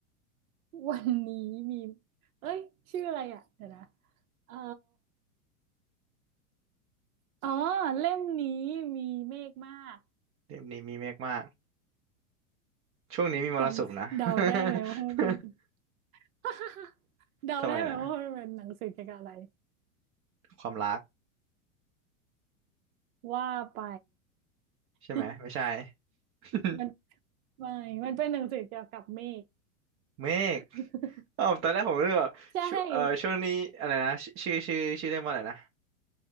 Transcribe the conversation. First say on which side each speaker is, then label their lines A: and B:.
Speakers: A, on the right; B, on the right.
A: วันนี้มีเอ้ยชื่ออะไรอ่ะเดี๋ยวนะเออ อ๋อเล่มนี้มีเมฆมาก
B: เล่มนี้มีเมฆมาก ช่วงนี้มีมรสุมนะ
A: จำเดาได้ไหมว่ามันเป็น
B: <laughs>
A: <laughs> เดาได้ไหมว่ามันเป็นหนังสือเกี่ยวกับอะไร
B: ทำไมนะ ความรัก
A: ว่าไป
B: ใช่ไหม
A: <laughs>
B: ไม่ใช่ <laughs>
A: มันไม่มันเป็นหนังสือเกี่ยวกับเมฆ
B: เมฆ
A: <laughs>
B: เอ้าตอนแรกผมเลือกว่าช่วเอ่อช่วงนี้อะไรนะชชื่อชื่อชื่อเรียกว่าอะไรนะ
A: ใช่